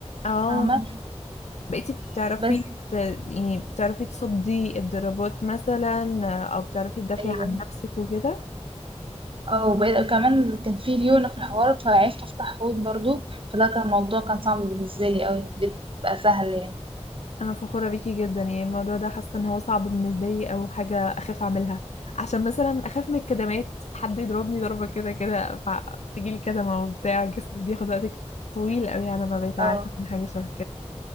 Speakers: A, on the left; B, on the right.
A: اه
B: فاهمة
A: بقيتي بتعرفي
B: بس
A: ت... يعني بتعرفي تصدي الضربات مثلا او بتعرفي تدافعي
B: ايوه
A: عن نفسك وكده
B: اه وبقيت كمان كان في ليونة في الحوار فعرفت افتح حوض برضو فده كان الموضوع كان صعب بالنسبة لي أوي بقى سهل
A: انا فخورة بيكي جدا يعني الموضوع ده حاسة ان هو صعب بالنسبة لي او حاجة اخاف اعملها عشان مثلا اخاف من الكدمات حد يضربني ضربة كده كده فتجيلي كدمة وبتاع جسمي بياخد وقت طويل قوي على ما بقيت عارفة
B: يعني
A: من حاجة شبه